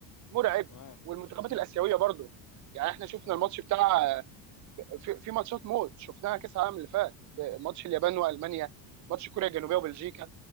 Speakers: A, on the right (about 40°); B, on the left (about 45°).
A: مرعب
B: تمام
A: والمنتخبات
B: م.
A: الاسيويه برضو يعني احنا شفنا
B: تمام
A: الماتش بتاع في في ماتشات موت شفناها كاس العالم اللي فات ماتش اليابان
B: تمام
A: والمانيا ماتش كوريا الجنوبيه
B: م.
A: وبلجيكا